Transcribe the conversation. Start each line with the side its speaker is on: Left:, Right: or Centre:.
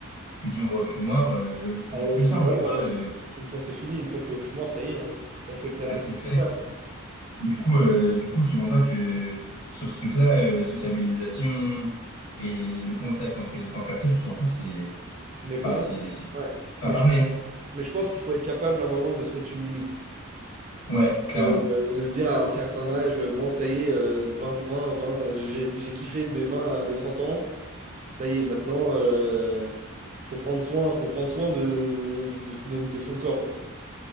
Left: tu dis on va au fumoir, euh, toujours
Right: ah, Euh,
Left: plus simple,
Right: puis voilà,
Left: tu vois,
Right: en vrai, c'est-
Left: euh,
Right: une fois c'est fini, une fois que t'es au fumoir, ça y est, hein, t'as fait, t'as
Left: à
Right: fait
Left: ses
Right: le principal.
Left: fesses. Du coup, euh, du coup, je te mens pas que sur ce truc-là, euh, toute sa mobilisation et le contact entre les différentes personnes, je te mens pas que c'est,
Right: Mais par
Left: enfin, c'est,
Right: contre,
Left: c'est
Right: ouais,
Left: pas
Right: mais
Left: pareil,
Right: je,
Left: hein.
Right: mais je pense qu'il faut être capable à un moment de se mettre une limite.
Left: Ouais, clairement.
Right: euh, de se dire à un certain âge, euh, bon, ça y est, euh, 20 20 20, j'ai j'ai kiffé de mes 20 à mes 30 ans, ça y est, maintenant, il faut prendre soin, faut prendre soin de, de, de- de son corps, quoi.